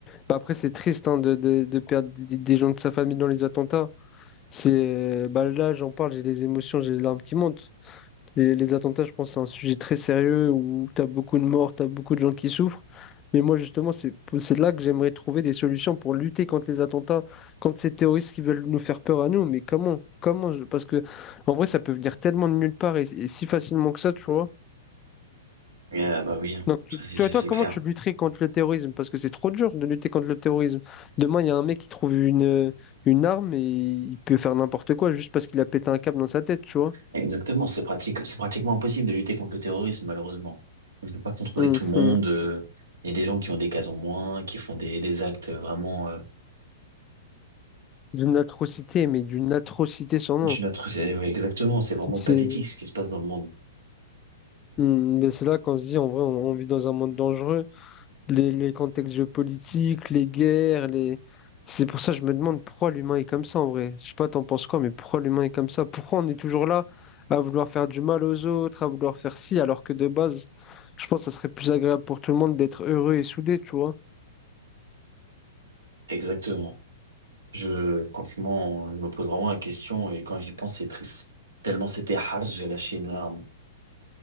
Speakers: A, on the left; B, on the right.
A: Bah, après, c'est triste hein, de, de, de perdre des, des gens de sa famille dans les attentats. C'est, euh, bah, là, j'en parle, j'ai des émotions, j'ai les larmes qui montent. Les, les attentats, je pense que c'est un sujet très sérieux où tu as beaucoup de morts, tu as beaucoup de gens qui souffrent. Mais moi, justement, c'est c'est là que j'aimerais trouver des solutions pour lutter contre les attentats, contre ces terroristes qui veulent nous faire peur à nous. Mais comment? Comment? je- Parce que, en vrai, ça peut venir tellement de nulle part et, et si facilement que ça, tu vois.
B: Et, euh, bah oui, hein,
A: Donc, tu-
B: ça c'est
A: toi,
B: c'est-
A: toi,
B: c'est
A: comment
B: clair.
A: tu lutterais contre le terrorisme? Parce que c'est trop dur de lutter contre le terrorisme. Demain, il y a un mec qui trouve une, une arme et il peut faire n'importe quoi juste parce qu'il a pété un câble dans sa tête, tu vois.
B: Exactement, c'est pratique, c'est pratiquement impossible de lutter contre le terrorisme, malheureusement. On ne peut pas contrôler
A: Mhm.
B: tout le monde. euh, Il y a des gens qui ont des cases en moins, qui font des, des actes vraiment. euh,
A: D'une atrocité, mais d'une atrocité sans nom.
B: d'une atrocité. Oui, exactement. C'est vraiment
A: C'est
B: pathétique ce qui se passe dans le monde.
A: Hmm, mais c'est là qu'on se dit, en vrai, on, on vit dans un monde dangereux. Les, les contextes géopolitiques, les guerres, les... C'est pour ça que je me demande pourquoi l'humain est comme ça, en vrai. Je sais pas, t'en penses quoi, mais pourquoi l'humain est comme ça? Pourquoi on est toujours là à vouloir faire du mal aux autres, à vouloir faire ci, alors que de base, je pense que ça serait plus agréable pour tout le monde d'être heureux et soudé, tu vois.
B: Exactement. Je, franchement, je me pose vraiment la question et quand j'y pense, c'est triste. Tellement c'était harsh, j'ai lâché une larme.